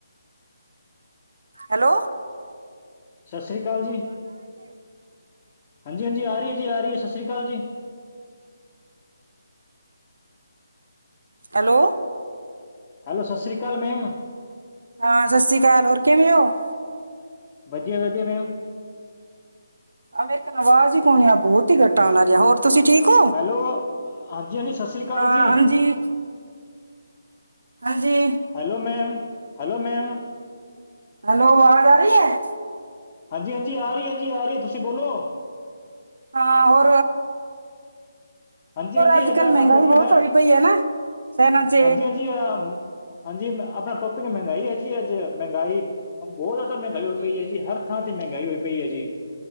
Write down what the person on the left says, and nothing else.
ਸਤਿ ਸ਼੍ਰੀ ਅਕਾਲ ਜੀ ਹਾਂਜੀ ਹਾਂਜੀ ਆ ਰਹੀ ਹੈ ਜੀ ਆ ਰਹੀ ਹੈ ਸਤਿ ਸ਼੍ਰੀ ਅਕਾਲ ਜੀ।
ਹੈਲੋ ਸਤਿ ਸ਼੍ਰੀ ਅਕਾਲ ਮੈਮ।
ਵਧੀਆ ਵਧੀਆ ਮੈਮ।
ਹੈਲੋ ਹਾਂਜੀ ਹਾਂਜੀ ਸਤਿ ਸ਼੍ਰੀ ਅਕਾਲ
ਜੀ
Hello ma'am hello ma'am.
ਹਾਂਜੀ ਹਾਂਜੀ ਆ ਰਹੀ ਹੈ ਜੀ ਆ ਰਹੀ ਹੈ ਤੁਸੀਂ ਬੋਲੋ।
ਹਾਂਜੀ ਹਾਂਜੀ
ਅਜ
ਆਪਣਾ
ਟੋਪਿਕ
ਹੈ
ਹਾਂਜੀ ਹਾਜੀ। ਹਾਂਜੀ ਆਪਣਾ ਟੋਪਿਕ ਮਹਿੰਗਾਈ ਹੈ ਜੀ ਅੱਜ ਮਹਿੰਗਾਈ ਬਹੁਤ। ਤਾਂ ਮਹਿੰਗਾਈ
ਹੋਈ ਪਈ ਹੈ ਜੀ ਹਰ ਥਾਂ ਤੇ ਮਹਿੰਗਾਈ ਹੋਈ ਪਈ ਹੈ ਜੀ।